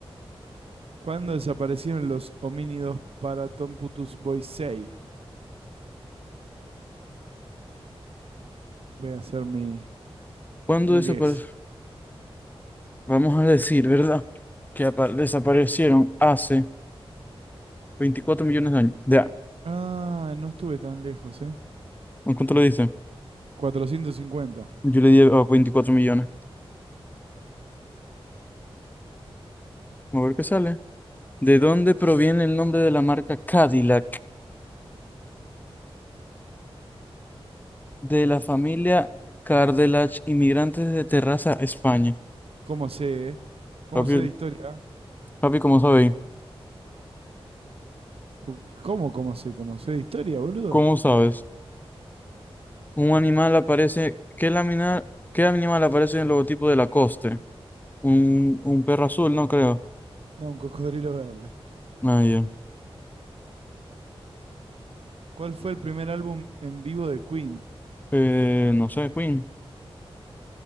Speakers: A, on the right (about 70°); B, on the left (about 15°).
A: ¿Cuándo desaparecieron los homínidos paratomputus Tom Boisei? Voy a hacer mi,
B: ¿Cuándo
A: mi
B: desapareció?
A: guess.
B: Vamos a decir, ¿verdad? Que apa- desaparecieron hace 24 millones de años. Ya,
A: Ah, no estuve tan lejos, ¿eh?
B: ¿en ¿cuánto le dice?
A: 450.
B: Yo le di a 24 millones. A ver qué sale. ¿De dónde proviene el nombre de la marca Cadillac? De la familia Cardelach, inmigrantes de Terraza, España.
A: ¿Cómo sé, eh? ¿Cómo
B: Papi,
A: sé de historia?
B: papi, ¿cómo sabéis?
A: Pu- ¿Cómo, cómo sé? ¿Cómo sé de historia, boludo?
B: ¿Cómo sabes? Un animal aparece. ¿Qué, lamina- ¿Qué animal aparece en el logotipo de Lacoste? Un, un perro azul, no creo.
A: No, un cocodrilo verde.
B: Nadie.
A: ¿Cuál fue el primer álbum en vivo de Queen?
B: Eh, no sé, Queen.